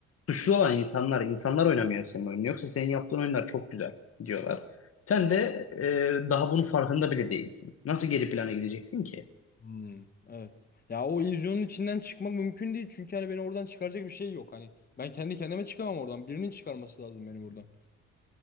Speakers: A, on the left; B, on the left.
A: Suçlu olan insanlar, insanlar oynamıyor senin oyunu. Yoksa senin yaptığın oyunlar çok güzel diyorlar. Sen de e, daha bunun farkında bile değilsin. Nasıl geri plana gideceksin ki?
B: Hmm, evet. Ya o illüzyonun içinden çıkmak mümkün değil. Çünkü hani beni oradan çıkaracak bir şey yok. Hani ben kendi kendime çıkamam oradan. Birinin çıkarması lazım beni buradan.